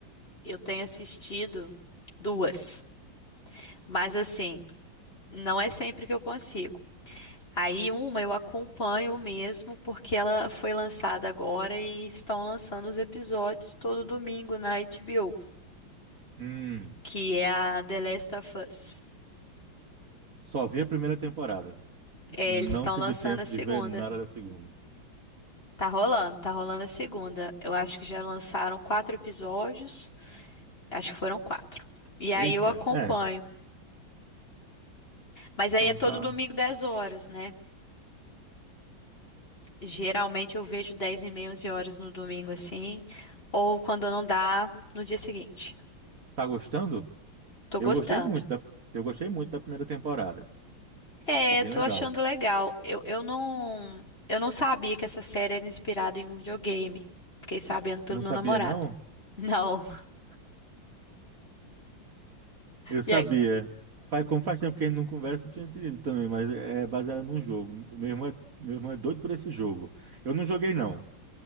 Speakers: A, on the left; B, on the right.
A: eu tenho assistido duas, mas assim, não é sempre que eu consigo. Aí uma eu acompanho mesmo porque ela foi lançada agora e estão lançando os episódios todo domingo na HBO,
B: Hum.
A: que é a The Last of Us.
B: Só vi a primeira temporada.
A: É,
B: Não
A: eles estão
B: tive
A: lançando
B: tempo
A: a segunda.
B: de ver nada da segunda.
A: Tá rolando, tá rolando a segunda. Eu acho que já lançaram quatro episódios. Acho que foram quatro. E
B: Eita,
A: aí eu acompanho.
B: é.
A: Mas aí
B: Então
A: é todo
B: tá.
A: domingo 10 horas, né? Geralmente eu vejo 10 e meia, 11 horas no domingo assim. Ou quando não dá, no dia seguinte.
B: Tá gostando?
A: Tô
B: Eu
A: gostando.
B: gostei muito da, eu gostei muito da primeira temporada.
A: É,
B: Achei bem
A: tô
B: legal.
A: achando legal. Eu, eu não, eu não sabia que essa série era inspirada em um videogame. Fiquei sabendo pelo
B: Não
A: meu
B: sabia,
A: namorado.
B: não?
A: Não. <laughs>
B: <laughs> eu sabia.
A: E é,
B: Faz, como faz tempo que a gente não conversa, eu tinha te também, mas é baseado num jogo. Meu irmão, é- meu irmão é doido por esse jogo. Eu não joguei, não.